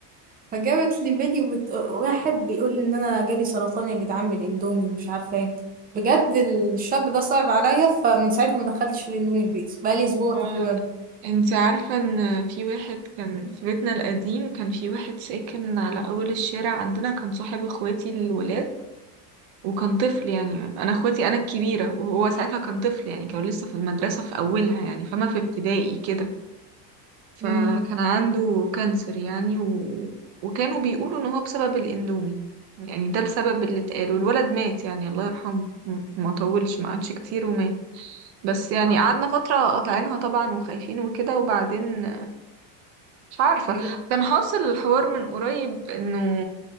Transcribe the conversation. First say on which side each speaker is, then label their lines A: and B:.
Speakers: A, on the right; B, on the right.
A: فجابت لي فيديو بت... واحد بيقول ان انا جالي سرطان يا جدعان من الاندومي ومش عارفه ايه بجد الشاب ده صعب عليا فمن ساعتها ما دخلتش الاندومي البيت بقالي اسبوع
B: ف-
A: تقريبا
B: انت عارفة ان في واحد كان في بيتنا القديم كان في واحد ساكن على اول الشارع عندنا كان صاحب اخواتي الولاد وكان طفل يعني انا اخواتي انا الكبيرة وهو ساعتها كان طفل يعني كان لسه في المدرسة في اولها يعني فما في ابتدائي كده فكان
A: مم.
B: عنده كانسر يعني و... وكانوا بيقولوا ان هو بسبب الاندومي يعني ده السبب اللي اتقال والولد مات يعني الله يرحمه م- ما طولش ما قعدش كتير ومات بس يعني
A: آه.
B: قعدنا فترة قاطعينها طبعا وخايفين وكده وبعدين مش عارفة
A: يعني
B: كان حاصل الحوار من قريب انه